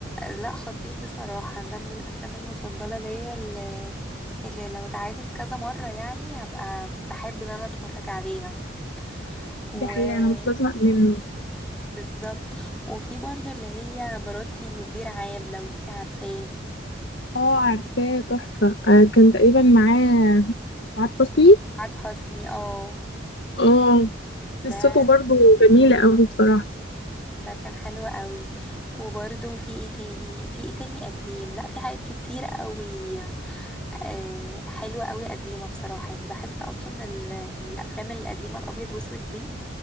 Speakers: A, in the centre; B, on the left (about 65°).
A: لا خطير بصراحة ده من الأفلام المفضلة ليا اللي, اللي لو اتعادت كذا مرة يعني هبقى بحب ان انا اتفرج عليها و
B: دي حقيقة أنا مش بزهق منه
A: بالظبط وفي برضو اللي هي مراتي مدير عام لو انتي عارفاه
B: اه عارفاه تحفة آه كان تقريبا معاه سعاد حسني
A: سعاد حسني اه
B: اه قصته
A: ده
B: برضو جميلة قوي بصراحة
A: ده كان حلو قوي وبرده في ايه تاني في ايه تاني قديم لا في حاجات كتير قوي آه حلوة قوي قديمة بصراحة يعني بحس اصلا ال- الافلام القديمة الابيض واسود دي